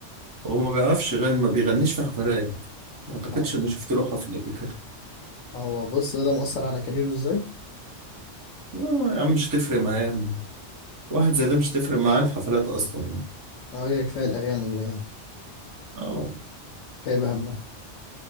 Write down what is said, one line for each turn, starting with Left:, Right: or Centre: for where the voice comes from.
Right: هو ما بيعرفش يغني ما بيغنيش في حفلات ما اعتقدش
Left: اه
Right: اني شفت له حفل قبل كده
Left: هو بص ده ده مؤثر على كاريره ازاي
Right: لا يا عم مش هتفرق معاه واحد زي ده مش هتفرق معاه الحفلات اصلا يعني
Left: اه هي كفايه الاغاني ب-
Right: اه
Left: كايبه همها